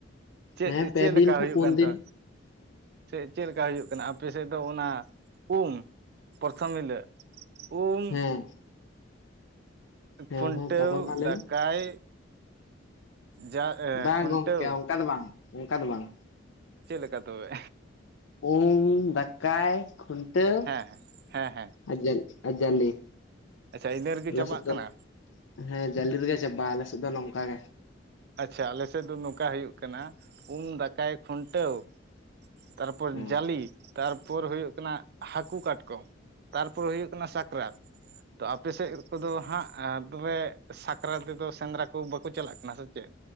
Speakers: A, on the right (about 55°); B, on the left (about 80°).
A: ᱪᱮᱫ
B: ᱦᱮᱸ ᱯᱮ
A: ᱪᱮᱫ ᱞᱮᱠᱟ
B: ᱫᱤᱱ ᱠᱷᱚᱱ
A: ᱦᱩᱭᱩᱜ
B: ᱯᱩᱱ
A: ᱠᱟᱱ
B: ᱫᱤᱱ
A: ᱛᱚ ᱪᱮᱫ ᱪᱮᱫ ᱞᱮᱠᱟ ᱦᱩᱭᱩᱜ ᱠᱟᱱᱟ ᱟᱯᱮ ᱥᱮᱫ ᱫᱚ ᱚᱱᱟ ᱩᱢ ᱯᱚᱨᱛᱷᱚᱢ ᱦᱤᱞᱟᱹᱜ? ᱩᱢ
B: ᱦᱮᱸ ᱦᱮᱸ
A: ᱠᱷᱩᱱᱴᱟᱹᱣ
B: ᱦᱮᱸ ᱛᱟᱯᱚᱨ ᱢᱟ ᱞᱟᱹᱭ
A: ᱫᱟᱠᱟᱭ
B: ᱢᱮ
A: ᱡᱟ ᱮ
B: ᱵᱟᱝ
A: ᱠᱷᱩᱱᱴᱟᱹᱣ
B: ᱜᱚᱝᱠᱮ ᱚᱱᱠᱟ ᱫᱚ ᱵᱟᱝ ᱚᱱᱠᱟ ᱫᱚ ᱵᱟᱝ
A: ᱪᱮᱫ ᱞᱮᱠᱟ ᱛᱚᱵᱮ?
B: ᱩᱢ, ᱫᱟᱠᱟᱭ, ᱠᱷᱩᱱᱴᱟᱹᱣ
A: ᱦᱮᱸ ᱦᱮᱸ ᱦᱮᱸ ᱦᱮᱸ
B: ᱟᱨ ᱡᱟᱞᱮ ᱡᱟᱞᱮ
A: ᱟᱪᱪᱷᱟ ᱤᱱᱟᱹ ᱨᱮᱜᱮ
B: ᱟᱞᱮ
A: ᱪᱟᱵᱟᱜ
B: ᱥᱮᱫ ᱫᱚ
A: ᱠᱟᱱᱟ?
B: ᱦᱮᱸ ᱡᱟᱹᱞᱤ ᱨᱮᱜᱮ ᱪᱟᱵᱟᱜᱼᱟ ᱟᱞᱮ ᱥᱮᱫ ᱫᱚ ᱱᱚᱝᱠᱟ ᱜᱮ᱾
A: ᱟᱪᱪᱷᱟ ᱟᱞᱮ ᱥᱮᱫ ᱫᱚ ᱱᱚᱝᱠᱟ ᱦᱩᱭᱩᱜ ᱠᱟᱱᱟ ᱩᱢ, ᱫᱟᱠᱟᱭ, ᱠᱷᱩᱱᱴᱟᱹᱣ ᱛᱟᱨᱯᱚᱨ
B: ᱦᱚᱸ
A: ᱡᱟᱞᱤ ᱛᱟᱨᱯᱚᱨ ᱦᱩᱭᱩᱜ ᱠᱟᱱᱟ ᱦᱟᱹᱠᱩ ᱠᱟᱴᱠᱚᱢ ᱛᱟᱨᱯᱚᱨᱮ ᱦᱩᱭᱩᱜ ᱠᱟᱱᱟ ᱥᱟᱠᱨᱟᱛ᱾ ᱛᱚ ᱟᱯᱮ ᱥᱮᱫ ᱠᱚᱫᱚ ᱦᱟᱸᱜ ᱛᱚᱵᱮ ᱥᱟᱠᱨᱟᱛ ᱨᱮᱫᱚ ᱥᱮᱸᱫᱽᱨᱟ ᱠᱚ ᱵᱟᱠᱚ ᱪᱟᱞᱟᱜ ᱠᱟᱱᱟ ᱥᱮ ᱪᱮᱫ?